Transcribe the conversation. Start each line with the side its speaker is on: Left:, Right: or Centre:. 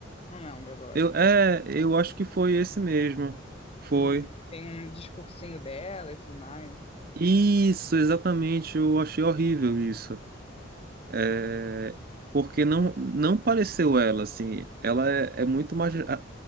Left: Não lembro agora.
Right: Eu, é, eu acho que foi esse mesmo. Foi.
Left: que tem um discursinho dela e tudo mais.
Right: Isso, exatamente. Eu achei horrível isso. É, porque não, não pareceu ela, assim. Ela é, é muito mais. a-